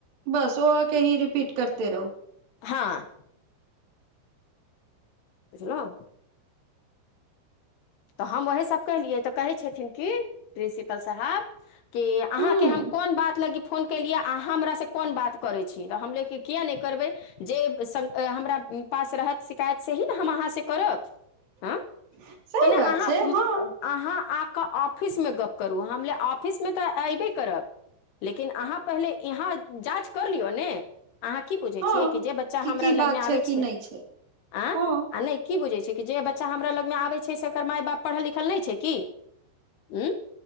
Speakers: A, on the right; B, on the left.
A: बस ओ आके ही रिपीट करते रहो
B: हँ बुझलौ तऽ हम ओएहीसभ केलियै तऽ कहै छथिन कि प्रिंसिपल साहाब कि अहाँके
A: हूँ
B: हम कोन बात लागी फोन केलियै अहाँ हमर से कोन बात करै छी तऽ हम लेे की किए नइ करबै जे हमरा पास रहत शिकायत सेही ने हम अहाँ से करब हँ
A: सही
B: त ने
A: बात
B: अहाँ
A: छै हँ
B: अब अहाँ आकेऽ ऑफिस म गप्प करू हम ले ऑफिस मे तऽ एऐबे करब लेकिन अहाँ पहिले इहाँ जाँच कर लियौ ने अहाँ की बुझै
A: हँ
B: छियै कि जे बच्चा
A: की
B: हमरा
A: की
B: लग
A: बात
B: मे आबे
A: की
B: छै
A: नहि
B: आ
A: हँ
B: आ ने कि बुझे छै कि जे बच्चा हमरा लग मे आबे सेकर माय बाप पढ़ल लिखल नहि छै कि उ